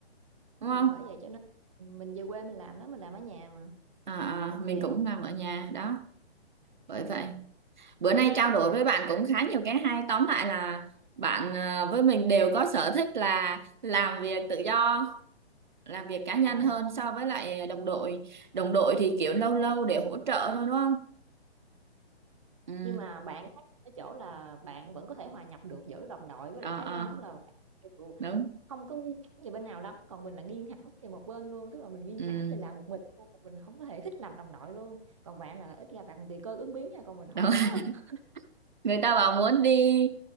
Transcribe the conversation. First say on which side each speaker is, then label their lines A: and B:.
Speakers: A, on the right (about 45°); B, on the right (about 30°).
A: đúng không?
B: thì bởi vậy cho nên mình về quê mình làm đó mình làm ở nhà mà
A: À, à,
B: mình
A: mình
B: về
A: cũng làm ở nhà đó, bởi vậy. bữa nay trao đổi với bạn cũng khá nhiều cái hay tóm lại là bạn ờ, với mình đều có sở thích là làm việc tự do làm việc cá nhân
B: Rồi.
A: hơn so với lại đồng đội đồng đội thì kiểu lâu lâu để hỗ trợ thôi đúng không ừ
B: Nhưng mà bạn khác ở chỗ là bạn vẫn có thể hòa nhập được giữa đồng đội với
A: ờ
B: lại cá
A: ờ
B: nhân tức là bạn đều
A: đúng
B: không có nghiêng hẳn về bên nào lắm còn mình là nghiêng hẳn về một bên luôn tức là mình nghiêng
A: ừ
B: hẳn về làm một mình luôn còn mình không có thể thích làm đồng đội luôn còn bạn là ít ra bạn còn tùy cơ ứng biến nha còn mình không
A: đúng
B: có <laughs>
A: <laughs> người ta bảo muốn đi